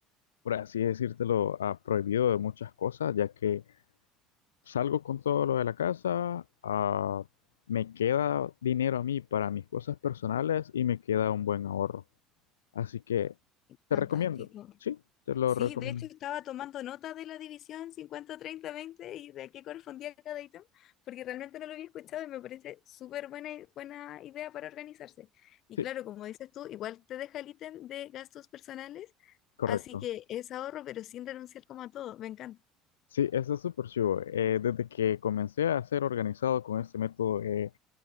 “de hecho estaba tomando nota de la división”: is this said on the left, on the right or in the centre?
Left